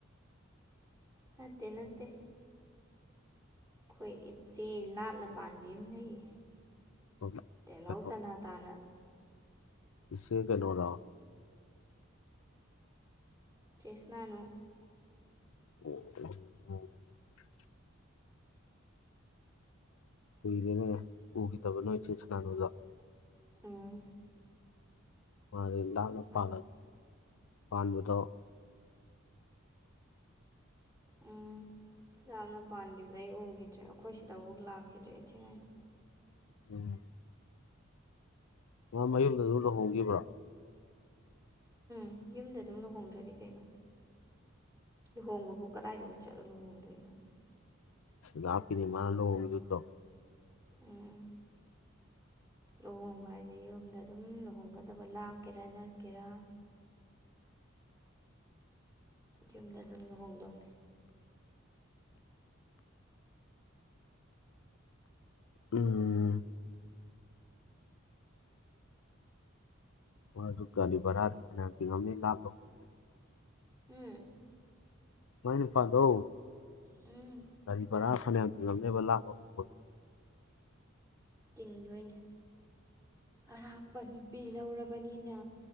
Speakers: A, on the right; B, on the left.
A: ꯅꯠꯇꯦ ꯅꯠꯇꯦ ꯈꯣꯏ ꯏꯆꯦ ꯂꯥꯞꯅ ꯄꯥꯟꯕꯤ ꯑꯝ ꯂꯩꯌꯦ
B: ꯃ-
A: ꯇꯦꯜꯍꯧ
B: ꯀꯩꯅꯣ
A: ꯆꯅꯥ ꯇꯥꯅ
B: ꯏꯆꯦ ꯀꯩꯅꯣꯔꯣ
A: ꯆꯩꯁꯅꯥꯅꯨ
B: <unintelligible> ꯀꯨꯏꯔꯦꯅꯦ ꯎꯈꯤꯗꯕ ꯅꯣꯏ ꯆꯦ ꯁꯅꯥꯅꯨꯗꯣ
A: ꯎꯝ
B: ꯃꯥꯗꯤ ꯂꯥꯞꯅ ꯄꯥꯜꯂ
A: ꯑ
B: ꯄꯥꯟꯕꯗꯣ
A: ꯎꯝ ꯂꯥꯞꯅ ꯄꯥꯟꯒꯤꯕꯗꯩ ꯎꯈꯤꯗ꯭ꯔꯦ ꯑꯩꯈꯣꯏ ꯁꯤꯗꯕꯧ ꯂꯥꯛꯈꯤꯗ꯭ꯔꯦ ꯏꯟꯊꯤ ꯅꯨꯡꯉꯥꯏꯅ
B: ꯎꯝ ꯃ ꯃꯌꯨꯝꯗ ꯑꯗꯨꯝ ꯂꯨꯍꯣꯡꯒꯤꯕ꯭ꯔꯥ
A: ꯎꯝ ꯌꯨꯝꯗ ꯑꯗꯨꯝ ꯂꯨꯍꯣꯡꯗ꯭ꯔꯗꯤ ꯀꯩꯅꯣ ꯂꯨꯍꯣꯡꯕꯕꯨ ꯀꯔꯥꯏꯗ ꯑꯃꯨꯛ ꯆꯠꯂ ꯂꯨꯍꯣꯡꯗꯣꯏꯅꯣ
B: ꯂꯥꯞꯄꯤꯅꯦ ꯃꯥꯅ
A: ꯂꯨꯍꯣꯡꯕ
B: ꯂꯨꯍꯣꯡꯉꯤꯗꯨꯁꯣ
A: ꯎꯝ ꯂꯨꯍꯣꯡꯕ ꯍꯥꯏꯗꯤ ꯌꯨꯝꯗ ꯑꯗꯨꯝ ꯂꯨꯍꯣꯡꯒꯗꯕ ꯂꯥꯞꯀꯦꯔꯥ ꯅꯛꯀꯦꯔꯥ ꯌꯨꯝꯗ ꯑꯗꯨꯝ ꯂꯨꯍꯣꯡꯗꯧꯅꯤ
B: ꯎꯝ ꯃꯥꯗꯨ ꯒꯥꯔꯤ ꯚꯔꯥꯗꯤ ꯐꯅ꯭ꯌꯥꯝ ꯇꯤꯡꯉꯝꯅꯤ ꯂꯥꯞꯅ ꯍꯣꯡꯕꯅꯤꯅ
A: ꯍꯨꯝ
B: ꯃꯥꯏ ꯅꯨꯄꯥꯗꯣ
A: ꯎꯝ
B: ꯒꯥꯔꯤ ꯚꯔꯥ ꯐꯅ꯭ꯌꯥꯝ ꯇꯤꯡꯉꯝꯅꯦꯕ ꯂꯥꯛꯕ ꯍꯣꯡꯕꯒꯤ
A: ꯇꯤꯡꯗꯣꯏꯅꯦ ꯑꯔꯥꯞꯄ ꯅꯨꯄꯤ ꯂꯧꯔꯕꯅꯤꯅ